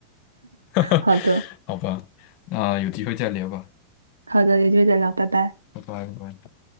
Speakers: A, on the left; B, on the right.
A: <laughs>
B: 好的，
A: 好吧，那有机会再聊吧，
B: 好的，有机会再聊，拜拜。
A: 拜拜拜拜。